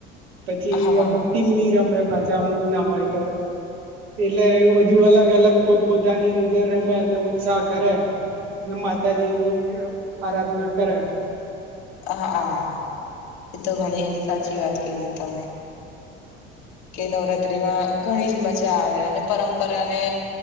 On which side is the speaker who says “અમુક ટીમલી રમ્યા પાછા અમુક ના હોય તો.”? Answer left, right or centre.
Right